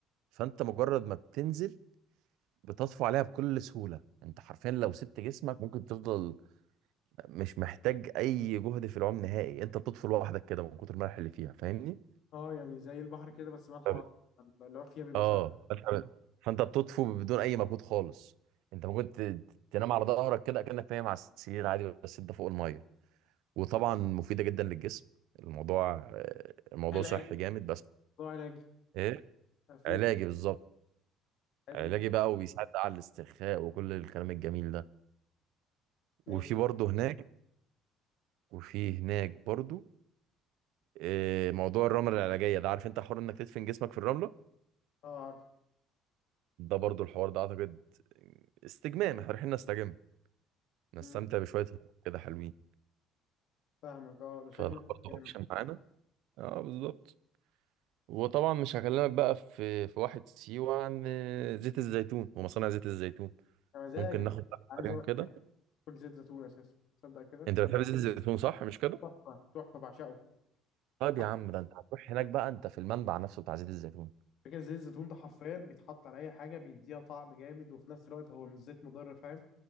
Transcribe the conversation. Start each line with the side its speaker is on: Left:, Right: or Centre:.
Right: فانت مجرد ما بتنزل بتطفو عليها بكل سهوله انت حرفيا لو سبت جسمك ممكن تفضل مش محتاج اي جهد في العوم نهائي انت بتطفو لوحدك كده من كتر الملح اللي فيها فاهمني
Left: اه يعني زي البحر كده بس مالها
Right: طب-
Left: اكتر اللي هو فيها بيبقى
Right: اه
Left: سهل
Right: طب- فانت بتطفو بدون اي مجهود خالص انت ممكن ت- تنام على ظهرك كده كأنك نايم على السرير عادي بس انت فوق الميه وطبعا مفيدة جدا للجسم الموضوع آه، الموضوع
Left: علاجي
Right: صحي جامد بس
Left: موضوع علاجي
Right: ايه
Left: آه، في
Right: علاجي
Left: في-
Right: بالظبط
Left: حلو
Right: علاجي
Left: إيه؟
Right: بقى وبيساعد بقى على الاسترخاء وكل الكلام الجميل ده
Left: ماشي
Right: وفي برضه هناك وفي هناك برضه آه، موضوع الرملة العلاجية ده عارف انت حوار انك تدفن جسمك في الرملة
Left: اه عارف
Right: ده برضه الحوار ده اعتقد استجمام احنا رايحين نستجم نستمتع
Left: مم،
Right: بشوية هدوء كده حلوين
Left: فاهمك اه ده شكله
Right: فده برضه
Left: يعني
Right: اوبشن معانا اه بالظبط وطبعا مش هكلمك بقى في في واحد سيوة عن آه، زيت الزيتون ومصانع زيت الزيتون
Left: يا مزاجك
Right: ممكن ناخد
Left: عايز
Right: عليهم
Left: اروح
Right: كده
Left: اكل زيت زيتون اساسا تصدق كده
Right: انت بتحب زيت الزيتون صح مش كده
Left: تحفه تحفه بعشقه
Right: طيب
Left: بيتحط
Right: يا عم ده انت هتروح هناك بقى انت في المنبع نفسه بتاع زيت الزيتون
Left: فاكر زيت الزيتون ده حرفيا بيتحط على اي حاجه بيديها طعم جامد وفي نفس الوقت هو مش زيت مضر فاهم